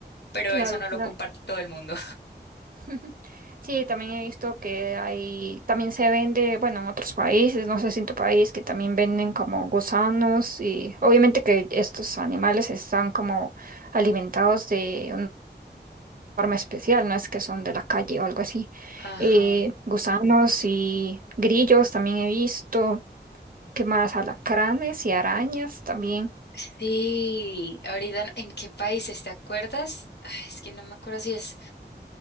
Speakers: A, on the left; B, on the right.
A: pero
B: Claro,
A: eso no
B: claro.
A: lo comparte todo el mundo.
B: <laughs> Sí, también he visto que hay, también se vende, bueno, en otros países, no sé si en tu país, que también venden como gusanos y obviamente que estos animales están como alimentados de una forma especial, no es que son de la calle o algo así.
A: <laughs> Ajá.
B: Eh, gusanos y grillos también he visto, ¿qué más? Alacranes y arañas también.
A: Sí, ahorita, ¿en qué países te acuerdas? Ay, es que no me acuerdo si es,